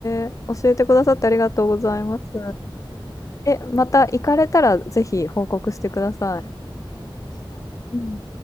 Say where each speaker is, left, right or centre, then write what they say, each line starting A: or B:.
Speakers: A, on the left; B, on the left.
A: え、教えてくださってありがとうございます。
B: あ、いえ、こちらこそです。
A: え、また行かれたら、ぜひ報告してください。
B: あ、はい、わかりました。
A: うん